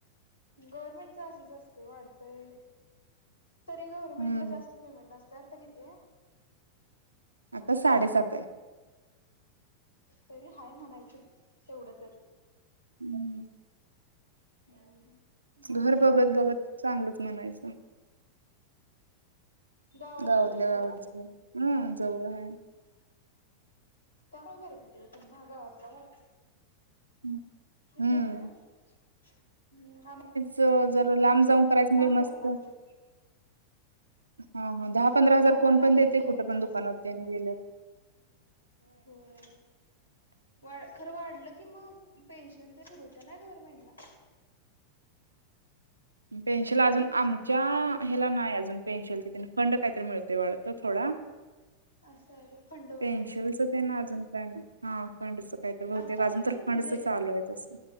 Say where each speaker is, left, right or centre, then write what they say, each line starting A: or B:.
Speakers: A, on the left; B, on the right.
A: गव्हर्मेंटच असंच असतय वाढतंय तरी गव्हर्नमेंट
B: हम्म
A: ला जास्त पेमेंट असतं, आता कितीये?
B: आता साडे-सात हे.
A: तरी हाय म्हणायचं, तेवढं तर.
B: हम्म.
A: <unintelligible> मग
B: घर बघत-बघत चांगलच म्हणायचं.
A: गावातच
B: गावातल्या
A: आहे काय
B: गावात, हम्म जवळ हाय.
A: तेवढं बरं पडतंय ओ, तुम्हा गावातल्या गावात.
B: हं,
A: इथे
B: हम्म.
A: करा. ह्म ना
B: चं जरू लांब जाऊन करायचं, नियम
A: यायला
B: असतं.
A: लागते.
B: हा-हा, दहा-पंधरा
A: तेच
B: हजार
A: आम्हाला
B: कोण पण
A: येऊन
B: देते, कुठं पण
A: करायला
B: दुकानात तेन गेलं.
A: होय. वा खरं वाढलं की, मग पेन्शन तर सुरू होतं ना गव्हर्नमेंटला.
B: पेन्शल
A: पुढं.
B: अजून आमच्या ह्याला नाय अजून. पेन्शल फंड काही-तरी मिळते, वाढत थोडा.
A: असा हाय व्हय फंड?
B: पेन्शनच
A: वगैरे
B: ना अजून काय नाही, हा फंडच काही तर बहुतेक
A: आता नव्हे
B: अजून तर
A: म्हणजे
B: फंडच चालू आहेच असं